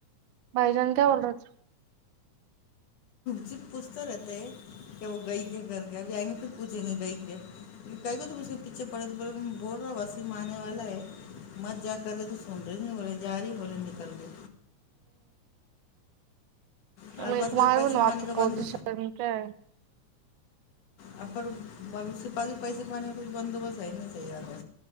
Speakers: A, on the right; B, on the left.
A: بائی جان کیا بول رہ تھا
B: ج پوچھتے رہتے ہیں کہ وہ گئی کیا کر گ ابھی آئیں گے پھر پوچھیں گے گئی کیا گچ اچھے پڑے تو پڑ بول رہا بس م آنے والا ہے مر جا کر تو سن رہے نہیں بولے جا رہی بولے نکل کے ہمارے
A: ایک
B: پاس کبھی
A: مارو
B: پیسے
A: ن
B: پانی
A: آکی
B: کا
A: پزیشن
B: بند
A: کیا
B: ا پاازی پیسے پانی کا کچھ بندوبست ہے نہیں صاہی ہار و